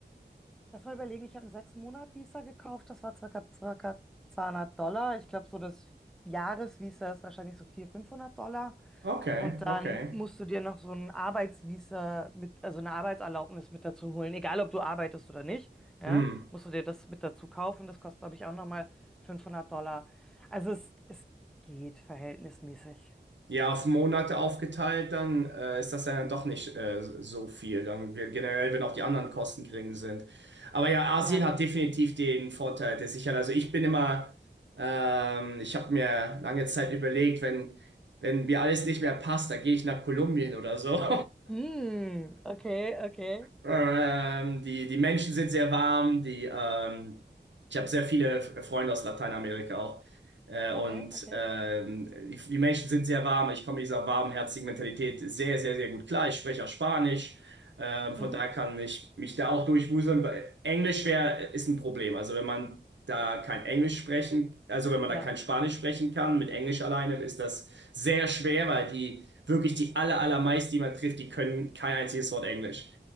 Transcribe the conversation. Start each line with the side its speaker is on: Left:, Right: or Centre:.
Centre: Lass mal überlegen, ich habe einen sechs Monat Visa gekauft, das war circa, circa 200 Dollar. Ich glaube, so das Jahresvisa ist wahrscheinlich so 400, 500 Dollar.
Right: Okay,
Centre: Und dann
Right: okay.
Centre: musst du dir noch so ein Arbeitsvisa mit, also eine Arbeitserlaubnis mit dazu holen, egal ob du arbeitest oder nicht. Ja,
Right: Hm.
Centre: musst du dir das mit dazu kaufen. Das kostet, glaube ich, auch nochmal fünfhundert Dollar. Also es, es geht verhältnismäßig.
Right: Ja, auf Monate aufgeteilt, dann äh, ist das dann doch nicht äh, so viel. Dann ge- generell, wenn auch die anderen Kosten gering sind. Aber ja, Asien
Centre: Ja.
Right: hat definitiv den Vorteil der Sicherheit. Also ich bin immer, ähm, ich habe mir lange Zeit überlegt, wenn, wenn mir alles nicht mehr passt, dann gehe ich nach Kolumbien oder so. <laughs>
Centre: Mm, okay, okay.
Right: Ähm, die, die Menschen sind sehr warm, die, ähm, ich habe sehr viele Freunde aus Lateinamerika auch. Äh, und
Centre: Okay, okay.
Right: ähm, die, die Menschen sind sehr warm. Ich komme mit dieser warmherzigen Mentalität sehr, sehr, sehr gut klar. Ich spreche auch Spanisch. Ähm, von
Centre: Mhm.
Right: daher kann ich mich da auch durchwuseln. Englisch wär, ist ein Problem. Also wenn man da kein Englisch sprechen, also wenn man
Centre: Ja,
Right: da kein Spanisch sprechen kann, mit Englisch alleine ist das sehr schwer, weil die wirklich die aller, allermeisten, die man trifft, die können kein einziges Wort Englisch.